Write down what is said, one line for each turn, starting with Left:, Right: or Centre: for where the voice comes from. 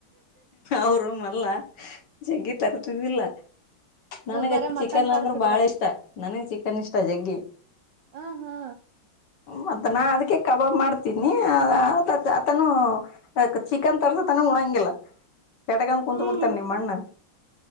Left: ಅವರುೂಮಲ್ಲ ಜಗ್ಗಿ ತರ್ತಿದಿಲ್ಲ ನನಗ
Right: ಬರ ಮಟನ್
Left: ಚಿಕನ್
Right: ತರ್ತಿದ್ರನ
Left: ಅಂದ್ರೆ ಬಾಳ ಇಷ್ಟ ನನಗ್ ಚಿಕನ್ ಇಷ್ಟ ಜಗ್ಗಿ
Right: ಆ ಹಾ
Left: ಮತ್ತ ನಾ ಅದಕ್ಕೆ ಕಬಾಬ್ ಮಾಡ್ತೀನಿ ಅತತ ಆತನು ಅಕ್ ಚಿಕನ್ ತರ್ಸತನ ಉಣಂಗಿಲ್ಲ ಶೇಟಕಂದ ಕುಂತ್
Right: ಹ್ಮ್
Left: ಬಿಡ್ತಾನ ನಿಮ್ಮಣ್ಣ.